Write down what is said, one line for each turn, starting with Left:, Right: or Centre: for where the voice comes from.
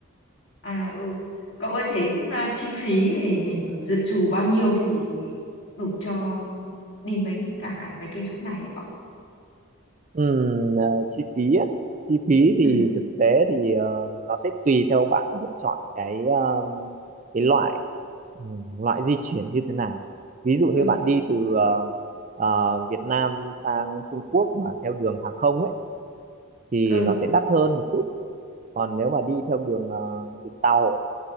Left: À ừ. Cậu ơi thế à, chi phí thì mình dự trù bao nhiêu thì đủ cho đi mấy cả mấy cái chỗ này ấy cậu?
Right: Ừm, à, chi phí á. Chi phí thì
Left: Ừ.
Right: thực tế thì ờ, nó sẽ tùy theo bạn lựa chọn cái ờ, cái loại ừm, loại di chuyển như thế nào ví dụ như
Left: Ừ.
Right: bạn đi từ ờ, ờ, Việt Nam sang Trung Quốc mà theo đường hàng không ấy thì
Left: Ừ.
Right: nó sẽ đắt hơn một chút còn nếu mà đi theo đường ờ, đường tàu